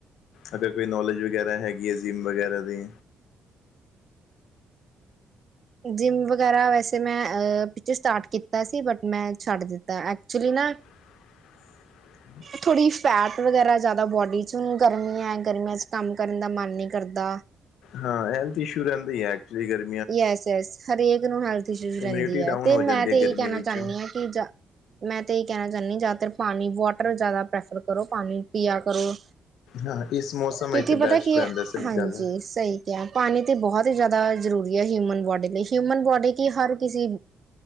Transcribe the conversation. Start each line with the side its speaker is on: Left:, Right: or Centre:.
Left: ਅਗਰ ਕੋਈ ਨੌਲੇਜ ਵਗੈਰਾ ਹੈਗੀ ਹੈ ਜ਼ਿਮ ਵਗੈਰਾ ਦੀ
Right: ਜਿੰਮ ਵਗੈਰਾ ਵੈਸੇ ਮੈਂ ਪਿੱਛੇ ਸਟਾਰਟ ਕੀਤਾ ਸੀ ਬਟ ਮੈਂ ਛੱਡ ਦਿੱਤਾ ਐਕਚੁਲੀ ਨਾ
Left: <inaudible> <unintelligible>
Right: ਥੋੜ੍ਹੀ ਫੈਟ ਵਗੈਰਾ ਜ਼ਿਆਦਾ ਬੋਡੀ 'ਚ ਹੁਣ ਗਰਮੀੀਆਂ ਹੈ ਗਰਮੀਆਂ 'ਚ ਕੰਮ ਕਰਨ ਦਾ ਮਨ ਨਹੀਂ ਕਰਦਾ
Left: ਹਾਂ ਹੈਲਥ ਇਸ਼ੂ ਰਹਿੰਦੀ ਹੈ ਐਕਲੀ ਗਰਮੀ
Right: ਯਸ ਯਸ ਹਰੇਕ ਨੂੰ ਹੈਲਥ ਇਸ਼ੂ
Left: ਇਮਿਊਨਿਟੀ
Right: ਰਹਿੰਦੀ
Left: ਡਾਊਨ
Right: ਹੈ ਤੇ
Left: ਹੋ ਜਾਂਦੀ
Right: ਮੈਂ ਤੇ
Left: ਹੈ
Right: ਇਹੀ
Left: ਗਰਮੀ
Right: ਕਹਿਣਾ
Left: ਵਿੱਚ
Right: ਚਾਹੁੰਦੀ ਹਾਂ ਕਿ ਜਾ ਮੈਂ ਤੇ ਇਹ ਕਹਿਣਾ ਚਾਹੁੰਦੀ ਜ਼ਿਆਦਾਤਰ ਪਾਣੀ ਵਾਟਰ ਜ਼ਿਆਦਾ ਪ੍ਰੈਫਰ ਕਰੋ ਪਾਣੀ ਪੀਆ ਕਰੋ
Left: ਹਾਂ ਇਸ ਮੌਸਮ
Right: ਕਿਉਂਕਿ
Left: ਵਿੱਚ ਤਾਂ ਬੈਸਟ
Right: ਪਤਾ ਕੀ
Left: ਰਹਿੰਦਾ ਸਹੀ
Right: ਹਾਂਜੀ
Left: ਗੱਲ ਹੈ
Right: ਸਹੀ ਪਾਣੀ ਤੇ ਬਹੁਤ ਹੀ ਜ਼ਿਆਦਾ ਜ਼ਰੂਰੀ ਹੈ ਹਿਊਮਨ ਬੋਡੀ ਲਈ ਹਿਊਮਨ ਬੋਡੀ ਕਿ ਹਰ ਕਿਸੇ